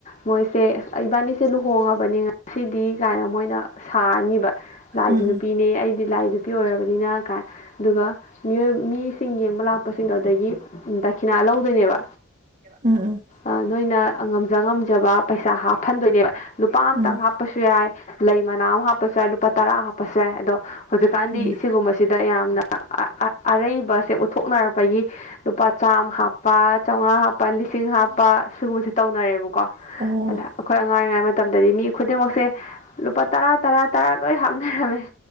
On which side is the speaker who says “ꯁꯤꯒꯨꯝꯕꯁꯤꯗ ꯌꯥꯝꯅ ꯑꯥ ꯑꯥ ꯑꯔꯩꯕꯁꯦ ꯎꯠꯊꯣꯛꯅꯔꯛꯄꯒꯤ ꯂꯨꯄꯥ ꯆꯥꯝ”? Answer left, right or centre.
Left